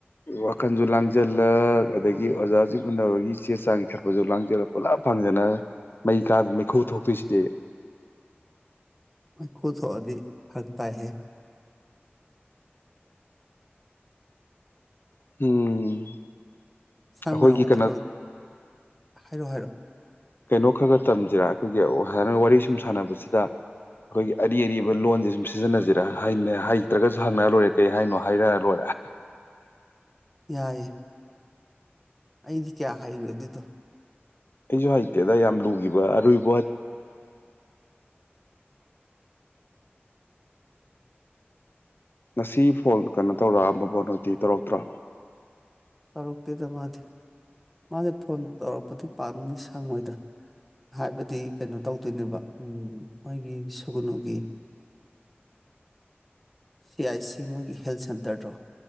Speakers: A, on the left; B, in the centre.
A: ꯋꯥꯈꯜꯁꯨ ꯂꯥꯡꯁꯤꯜꯂꯛ ꯑꯗꯒꯤ ꯑꯣꯖꯥꯁꯤꯡ ꯎꯅꯕꯒꯤ ꯆꯦ ꯆꯥꯡ ꯏꯈꯠꯄꯁꯨ ꯂꯥꯡꯁꯤꯜꯂꯛ ꯄꯨꯂꯞ ꯐꯪꯗꯅ ꯃꯩ ꯀꯥ ꯃꯩꯈꯨ ꯊꯣꯛꯇꯣꯏꯁꯤꯗꯤ
B: ꯈꯨꯨꯠꯣꯗꯤ ꯐꯔ ꯇ ꯍꯦ
A: ꯎꯝ
B: ꯁꯝꯅ
A: ꯑꯩꯈꯣꯏꯒꯤ
B: ꯀꯣꯊꯔꯣ
A: ꯀꯩꯅꯣ
B: ꯍꯥꯏꯔꯛꯑꯣ ꯍꯥꯏꯔꯛꯑꯣ
A: ꯀꯩꯅꯣ ꯈꯔ ꯈꯔ ꯇꯝꯁꯤꯔꯥ ꯑꯩꯈꯣꯏꯒꯤꯥ ꯋꯥꯔꯤ ꯁꯨꯝ ꯁꯥꯟꯅꯕꯁꯤꯗ ꯑꯩꯈꯣꯏꯒꯤ ꯑꯔꯤ ꯑꯔꯤꯕ ꯂꯣꯟꯁꯦ ꯁꯨꯝ ꯁꯤꯖꯤꯟꯅꯁꯤꯔ ꯍꯩꯇ꯭ꯔꯒꯁꯨ ꯍꯪꯅꯔ ꯂꯣꯏꯔꯦ ꯀꯩ ꯍꯥꯏꯅꯣ ꯍꯥꯏꯔ ꯂꯣꯏꯔꯦ
B: ꯌꯥꯏꯦ ꯑꯩꯗꯤ ꯀꯌꯥ ꯍꯥꯏꯔꯦ ꯑꯗꯨꯗꯣ
A: ꯀꯩꯁꯨ ꯍꯩꯇꯦꯗ ꯌꯥꯝ ꯂꯨꯈꯤꯕ ꯑꯔꯣꯏꯕ ꯉꯁꯤ ꯐꯣꯟ ꯀꯩꯅꯣ ꯇꯧꯔꯛꯑꯕꯕꯣꯅꯣꯗꯤ ꯇꯧꯔꯛꯇ꯭ꯔꯥ
B: ꯇꯧꯔꯛꯇꯦꯗ ꯃꯥꯗꯤ ꯃꯥꯗꯤ ꯐꯣꯟ ꯇꯧꯔꯛꯄꯗꯤ ꯄꯥꯝꯅꯤ ꯁꯪꯉꯣꯏꯗ ꯍꯥꯏꯕꯗꯤ ꯀꯩꯅꯣ ꯇꯧꯗꯣꯏꯅꯦꯕ ꯃꯣꯏꯒꯤ ꯁꯨꯒꯨꯅꯨꯒꯤ ꯁꯤ ꯑꯥꯏ ꯁꯤ ꯃꯣꯏꯒꯤ ꯍꯦꯜꯠ ꯁꯦꯟꯇꯔꯗꯣ